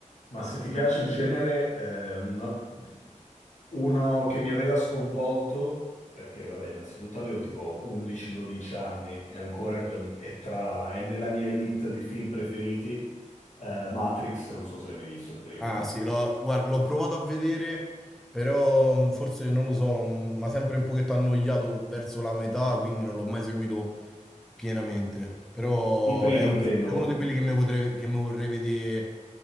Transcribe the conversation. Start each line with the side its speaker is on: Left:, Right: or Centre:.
Left: ma se ti piace il genere, eh, no- uno che mi aveva sconvolto, perché vabbè, innanzitutto avevo tipo 11-12 anni e ancora con- è, tra, è nella mia elite di film preferiti, eh, Matrix, non so se l'hai mai visto il primo.
Centre: Ah sì, l'ho guarda, l'ho provato a vedere, però forse non lo so, mi ha sempre un pochetto annoiato verso la metà, quindi non l'ho mai seguito pienamente. Però
Left: Il primo
Centre: è, un-
Left: intendo?
Centre: è uno di quelli che mi potrei- che mi vorrei vedere